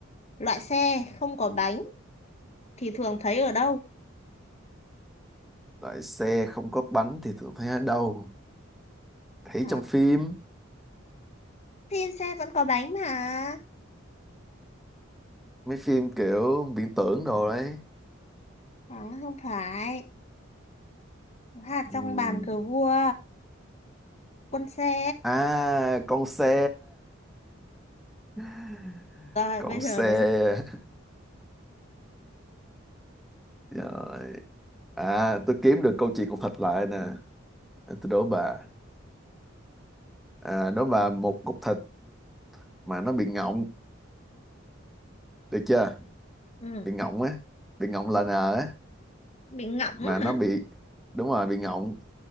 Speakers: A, on the left; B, in the centre.
A: loại xe không có bánh thì thường thấy ở đâu?
B: Loại xe không có bánh thì thường thấy ở đâu? Thấy
A: À,
B: trong phim,
A: thì xe vẫn có bánh mà.
B: mấy phim kiểu viễn tưởng đồ đấy.
A: À, không phải. Hạt
B: Ừm,
A: trong bàn cờ vua. Quân xe.
B: À, con xe. <laughs>
A: Rồi
B: Con
A: bây giờ
B: xe.
A: đến.
B: Rồi. À, tôi kiếm được câu chuyện cục thịt lại nè. Tôi đố bà. À, đố bà một cục thịt mà nó bị ngọng, được chưa?
A: Ừ.
B: bị ngọng á bị ngọng là nờ á
A: bị ngọng á
B: mà nó
A: hả
B: bị đúng rồi bị ngọng